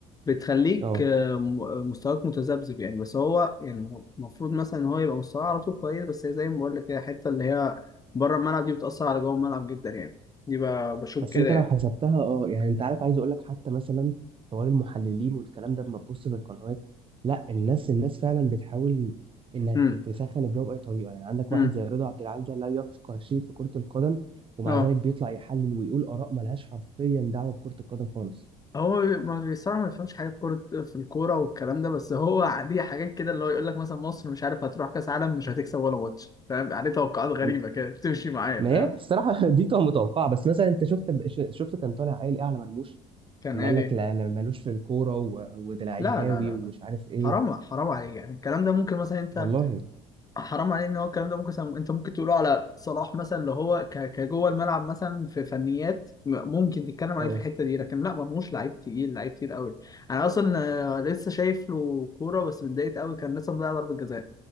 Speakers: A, on the left; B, on the right.
A: بتخليك
B: اه
A: آه، م- آه، مستواك متذبذب يعني بس هو يعني المفروض مثلا ان هو يبقى مستواه على طول كويس بس هي زي ما بقول لك كده الحته اللي هي بره الملعب دي بتأثر على جوه الملعب جدا يعني دي ب- بشوف
B: بس
A: كده
B: انت
A: يعني
B: لو حسبتها اه يعني انت عارف عايز اقول لك حتى مثلا حوار المحللين والكلام ده لما تبص في القنوات لا الناس الناس فعلا بتحاول انها
A: امم
B: ت- تسخن الجو باي طريقه يعني عندك
A: امم
B: واحد زي رضا عبد العال ده لا يفقه شيء في كره القدم ومع
A: اه
B: ذلك بيطلع يحلل ويقول اراء ملهاش حرفيا دعوه بكره القدم خالص
A: هو بي- ما بصراحه ما بيفهمش حاجه في كوره في الكوره والكلام ده بس هو ع- دي حاجات كده اللي هو يقول لك مثلا مصر مش عارف هتروح كاس عالم مش هتكسب ولا ماتش فاهم عليه توقعات غريبه
B: م-
A: كده بتمشي معايا
B: ما
A: فاهم
B: هي الصراحه <laughs> دي كانت متوقعه بس مثلا انت شفت ش- شفت كان طالع قايل ايه على مرموش
A: كان
B: لما
A: قال
B: قال لك
A: ايه
B: لا لا ملوش في الكوره و- وده لعيب
A: لا
B: هاوي
A: لا لا
B: ومش
A: لا
B: عارف ايه
A: حرام حرام عليك يعني الكلام ده ممكن مثلا انت
B: والله
A: حرام عليك ان هو الكلام ده ممكن مثلاً- انت ممكن تقوله على صلاح مثلا اللي هو ك- كجوه الملعب مثلا في فنيات م- ممكن تتكلم عليه
B: اه
A: في الحته دي لكن لا مرموش لعيب تقيل لعيب تقيل قوي انا اصلا آه، لسه شايف له كوره بس اتضايقت قوي كان لسه مضيع ضربه جزاء